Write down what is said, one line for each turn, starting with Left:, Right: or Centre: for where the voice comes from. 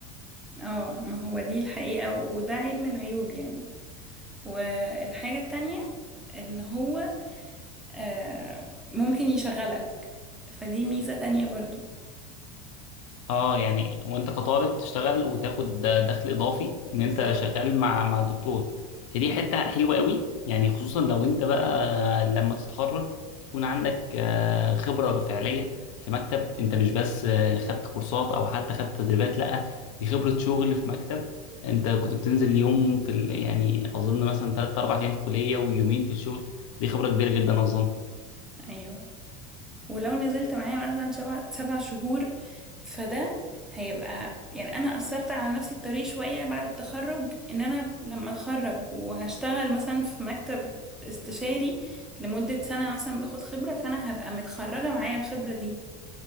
Centre: اه ما هو دي الحقيقة وده عيب من العيوب يعني والحاجة التانية ان هو آه، ممكن يشغلك فدي ميزة تانية برضو
Left: اه يعني وانت كطالب تشتغل وتاخد دخل اضافي ان
Centre: بالظبط
Left: انت شغال مع مع دكتور هي دي
Centre: بالظبط
Left: حته حلوه قوي يعني خصوصا لو انت بقى لما تتخرج يكون عندك آه، خبره فعليه في مكتب انت مش بس آه، خدت كورسات او حتى خدت تدريبات لا دي خبره شغل في مكتب انت كنت بتنزل يوم في ال... يعني اظن مثلا 3 4 ايام في الكليه ويومين في الشغل دي خبره كبيره جدا اظن
Centre: ايوه ولو نزلت معايا مثلا سبع سبع شهور فده هيبقى يعني انا اثرت على نفسي الطريق شويه بعد التخرج ان انا لما اتخرج وهشتغل مثلا في مكتب استشاري لمده سنه مثلا باخد خبره فانا هبقى متخرجه معايا الخبره دي